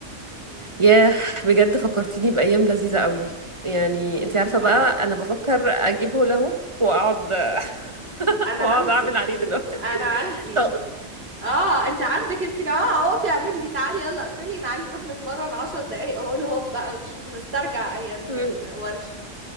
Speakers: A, on the right; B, on the right.
A: مم.
B: ياه بجد فكرتيني بأيام لذيذة قوي يعني انت عارفة بقى
A: اه
B: انا بفكر اجيب هولا هوب واقعد <laughs>
A: انا
B: واقعد
A: عندي
B: اعمل عليه دلوقتي
A: انا عندي
B: طب
A: اه انت عندك انت كمان اه اقفي اعملي بيه تعالي يلا اقفلي تعالي نروح نتمرن عشر دقايق اهو هوب بقى نشوف نسترجع ايام
B: <laughs>
A: الورشة